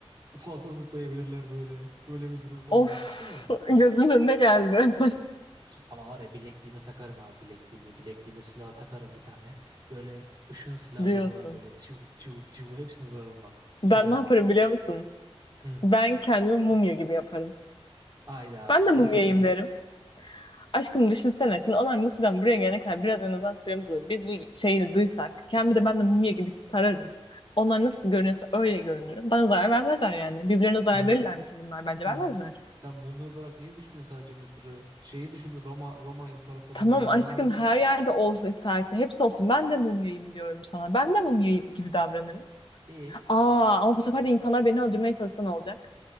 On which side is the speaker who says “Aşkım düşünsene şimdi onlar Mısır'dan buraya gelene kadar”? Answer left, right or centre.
Left